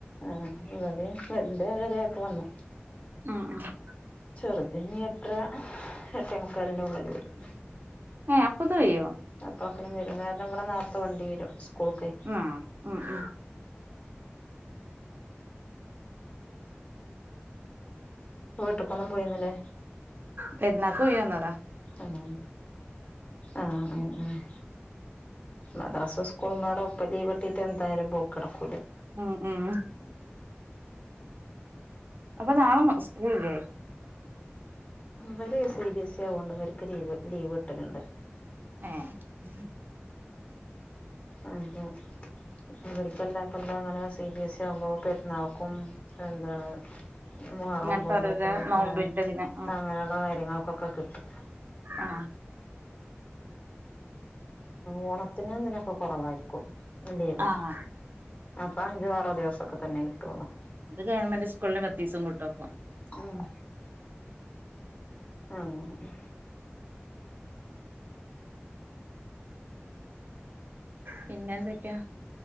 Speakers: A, on the left; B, on the right.
A: ആഹ ഇവടേം ഫ്രെണ്ട് വരൊക്കെ വന്നു
B: അ ആ
A: ചെറ്ത് ഇനി എട്ട്ര എട്ടേമുക്കാലിന്റെ ഉള്ളില് വെരും
B: ഏ അപ്പൊതൊയ്യോ
A: തോക്കനും വരും കാരം പിന്നവ്ടെ നേർത്ത വണ്ടിവരും ഉസ്കൂള്ക്കെയ്
B: ആഹ് ഉം ഉം
A: ട്ട്ക്കൊന്നും പോയ്ന്നില്ലേ
B: പെര്ന്നാക്ക്‌ പോയ്‌വന്നതാ
A: ആണ ആഹ ആഹ ആഹ മദറസ ഉസ്കൂളും പാടെ ഒപ്പം ലീവ്ട്ടീട്ട് എന്തായാലും പോക്കടക്കു
B: ഉം ഉം അപ്പ നാളമ ഉസ്കൂളില്ലെ
A: ഇവ്വര് സി ബി എസ് ഇ ആവൊണ്ട് അവര്ക്ക് ലീവ് ലീവ് കിട്ടല്ണ്ട്
B: ഏ ഹ്‌
A: അത്യൊ ഇവര്ക്ക് എല്ലാകൊല്ലോം അങ്ങനെ സി ബി എസ് ഇ ആവുമ്പോ പെര്ന്നാൾക്കും എന്താണ് മുഹറം
B: ഇങ്ങനത്തെ
A: ഒമ്പഉം
B: ഓരോരോ
A: പത്തിന്
B: നോമ്പിന്റെ
A: ഏഹ്
B: ദിനം
A: അങ്ങനെയുള്ള കാര്യങ്ങൾക്കൊക്കെ കിട്ടും
B: ആഹ
A: ഓണത്തിനും എന്തിനൊക്കെ കൊറവായ്രിക്കും ലീവ്
B: ആഹ്
A: അപ്പ അഞ്ചോആറോ ദിവസൊക്കെ തന്നെ കിട്ടൊള്ളു
B: അത് ഗവൺമെന്റ് സ്കൂളിന് പത്തീസം കിട്ടും അപ്പം
A: മ് അങ്ങനെ
B: പിന്നെന്തൊക്കെയാ